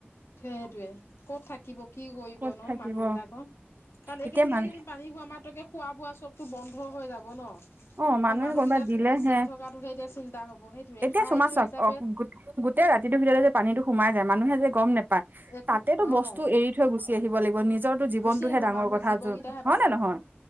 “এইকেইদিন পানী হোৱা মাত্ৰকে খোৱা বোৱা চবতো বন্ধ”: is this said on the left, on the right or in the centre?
Left